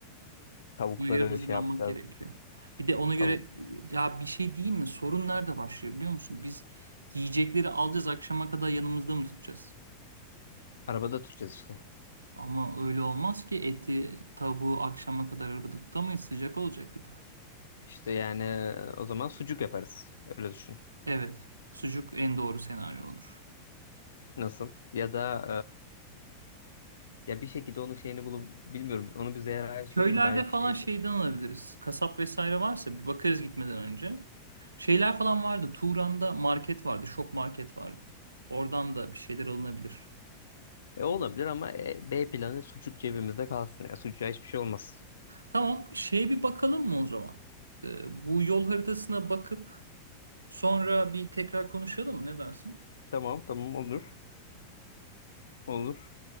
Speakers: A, on the left (about 65°); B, on the right (about 80°).
A: Tavukları
B: Ona göre hazırlanmak
A: şey yapacağız.
B: gerekiyor. Bir de ona göre
A: Tavuk.
B: ya bir şey diyeyim mi? Sorun nerede başlıyor biliyor musun? Biz yiyecekleri alacağız akşama kadar yanımızda mı tutacağız?
A: Arabada tutacağız işte.
B: Ama öyle olmaz ki eti, tavuğu akşama kadar arabada tutamayız. Sıcak olacak bir de.
A: İşte yani o zaman sucuk yaparız. Öyle düşün.
B: Evet, sucuk en doğru senaryo olur.
A: Nasıl? Ya da eee, ya bir şekilde onun şeyini bulup bilmiyorum. Onu bir Zehra'ya sorayım
B: Köylerde
A: belki
B: falan
A: şeydir.
B: şeyden alabiliriz. Kasap vesaire varsa bir bakarız gitmeden önce. Şeyler falan vardı. Turan'da market vardı. Şok market vardı. Oradan da bir şeyler alınabilir.
A: E, olabilir ama e, B planı sucuk cebimizde kalsın. Ya sucuğa hiçbir şey olmaz.
B: Tamam, şeye bir bakalım mı o zaman? Ee, bu yol haritasına bakıp sonra bir tekrar konuşalım mı? Ne dersin?
A: Tamam tamam olur. Olur.